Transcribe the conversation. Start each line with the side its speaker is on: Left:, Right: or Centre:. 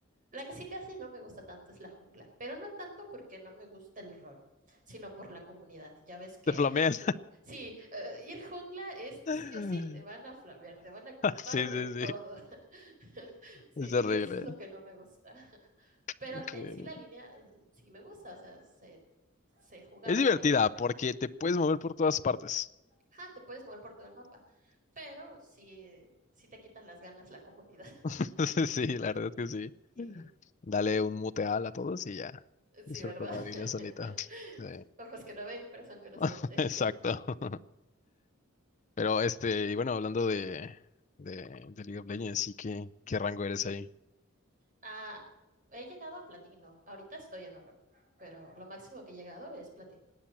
Right: La que sí casi no me gusta tanto es la jungla, pero no tanto porque no me gusta el rol, sino por la comunidad. Ya ves que
Left: Te flamean.
Right: Sí, eh, ir jungla es
Left: <laughs>
Right: sí o sí, te van a flamear, te van a culpar
Left: Sí,
Right: de
Left: sí,
Right: todo.
Left: sí,
Right: <laughs> Sí,
Left: es horrible.
Right: y eso es lo que no me gusta. <laughs> Pero
Left: Sí.
Right: en sí la línea eh, sí me gusta, o sea, sé, sé jugarla
Left: Es divertida
Right: y
Left: porque te puedes mover por todas partes.
Right: ajá, te puedes mover por todo el mapa. Pero sí, sí te quitan las ganas la comunidad. <laughs>
Left: <laughs> sí, la verdad es que sí.
Right: Sí,
Left: Dale un muteal a todos y ya. Disfruta
Right: sí, ¿verdad?
Left: la
Right: <laughs>
Left: vida solita. Sí,
Right: Ojos que no ven, corazón que no siente.
Left: <laughs> exacto. <laughs> Pero este, y bueno, hablando de, de, de League of Legends, sí, ¿qué, qué rango eres ahí?
Right: Ah, he llegado a platino, ahorita estoy en oro, pero lo máximo que he llegado es platino.